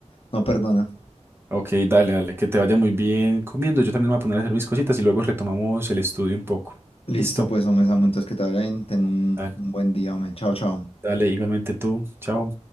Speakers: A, on the left; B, on the right.
A: no perdona.
B: Ok, dale, dale, que te vaya muy bien comiendo. Yo también me voy a poner a hacer mis cositas y luego retomamos el estudio un poco.
A: Listo,
B: Listo.
A: pues, hombre, Samu, entonces que te vaya bien. Ten un,
B: Dale,
A: un buen día, hombre. Chao, chao.
B: dale, igualmente tú. Chao.